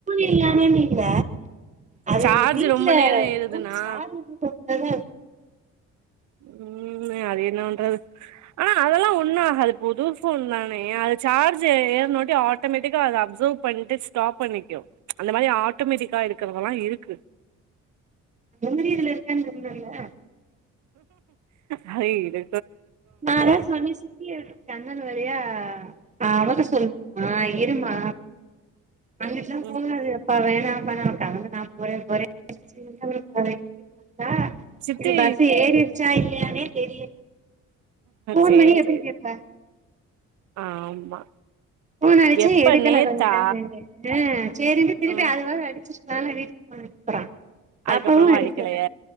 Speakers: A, on the right; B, on the right.
A: இல்லாமேனு இல்ல அது
B: சார்ஜ்
A: வீட்டு்ல
B: ரொம்ப நேரோ ஏறுதுன்னா
A: போன் <unintelligible> அத
B: உம் அது என்னபாண்றது அனா அதுல்லா ஒண்ணு ஆகாது புது போன் தான ஏ அது சார்ஜு ஏற்னோட்டி ஆட்டோமேட்டிக்கா அத அப்ஜொர்வ் பண்ணிட்டு ஸ்டாப் பண்ணிக்கு அந்த மாரி ஆட்டோமேட்டிக்கா இருக்குறதெல்லா இருக்கு
A: முதி இதுல இருக்கன் சொன்னல்ல
B: அதையிடு
A: நானே சொன்னே சத்திய விட்டு சன்னல் வழியா ஆ அவதா சொல்லுவா அம்மா இரும்மா அங்கிட்டுல்லா
B: ம்
A: போகாதே எப்பா வேணாம் <unintelligible> ஒரே ஒரே சின்னமே வரை அ
B: சித்தி
A: இது பஸ் ஏரிச் ச்சா இல்லியானே தெரிய போன்
B: சேரி
A: பண்ணி எப்டி
B: சேரி
A: கேப்ப
B: ஆமா
A: போன் அடிச்சே
B: எப்ப
A: எடுக்கல
B: நேத்தா
A: கொஞ்ச கழிஞ் அ சேரின்ட்டு திருப்பி
B: ம்
A: அதுவாக அடிச் நாலே வீட்டுக் போயிரப்புறா
B: அதுக்கப்புறமா
A: அப்பவு அடிக்கல
B: அடிக்கலைய